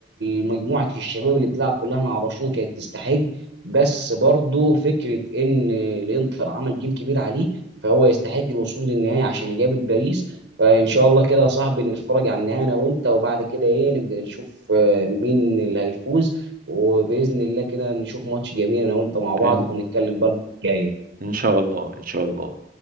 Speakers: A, on the right (about 70°); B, on the right (about 50°).
A: مجموعه الشباب اللي بتلعب كلها مع برشلونه كانت تستحق بس برضه فكره ان الانتر عمل جيم كبير عليه فهو يستحق الوصول للنهائي عشان يقابل باريس فان شاء الله كده يا صاحبي نتفرج على النهائي انا وانت وبعد كده ايه نبدا نشوف آه، مين اللي هيفوز وباذن الله كده نشوف ماتش جميل انا وانت مع بعض
B: ان
A: ونتكلم بقى المرة الجايه
B: إن شاء الله ان شاء الله